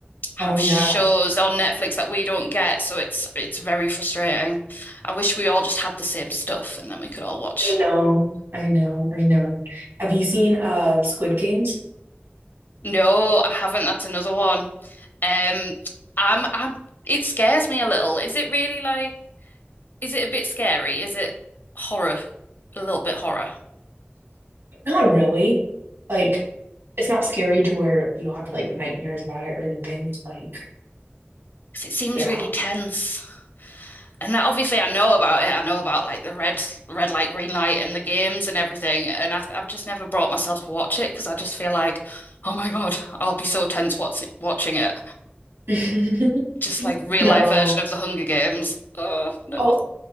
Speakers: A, on the left; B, on the right.
A: have
B: Oh, yeah.
A: shows on Netflix that we don't get, so it's it's very frustrating. I wish we all just had the same stuff and then we could all watch.
B: I know. I know. I know. Have you seen uh Squid Games?
A: No, I haven't. That's another one. Um, I'm I'm it scares me a little. Is it really like is it a bit scary? Is it horror? A little bit horror?
B: Not really. Like it's not scary to where you'll have like nightmares about it or anything. It's like,
A: Because it seems
B: yeah.
A: really tense. And that, obviously, I know about it. I know about like the red red light, green light, and the games and everything. And I, I've just never brought myself to watch it because I just feel like, oh my God, I'll be so tense watch, watching it.
B: <laughs>
A: Just like real
B: No.
A: life version of the Hunger Games. Oh no,
B: Oh,